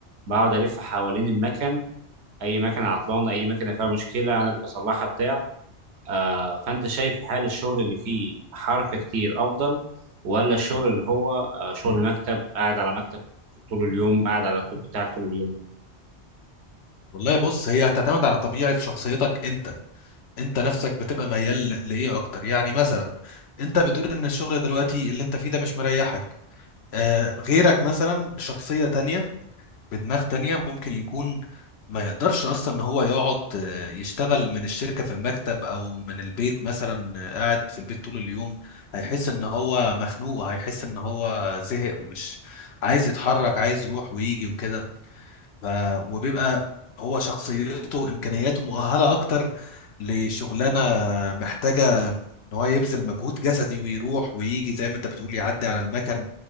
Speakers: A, on the right; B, on the left.
A: بقعد الف حوالين المكن اي مكنه عطلانه اي مكنه فيها مشكله انا اللي بصلحها بتاع آه فانت شايف هل الشغل اللي فيه حركه كتير افضل ولا الشغل اللي هو آه شغل مكتب قاعد على مكتب طول اليوم قاعد على اللابتوب بتاعك طول اليوم
B: والله بص هي هتعتمد على طبيعه شخصيتك انت انت نفسك بتبقى ميال ل- لايه اكتر يعني مثلا انت بتقول ان الشغل دلوقتي اللي انت فيه ده مش مريحك آه غيرك مثلا شخصية تانية بدماغ تانية ممكن يكون ما يقدرش اصلا ان هو يقعد آه، يشتغل من الشركة في المكتب او من البيت مثلا آه، قاعد في البيت طول اليوم هيحس ان هو مخنوق هيحس ان هو زهق ومش عايز يتحرك عايز يروح ويجي وكده ف... وبيبقى هو شخصيته امكانياته مؤهله اكتر لشغلانه محتاجه ان هو يبذل مجهود جسدي ويروح ويجي زي ما انت بتقول يعدي على المكن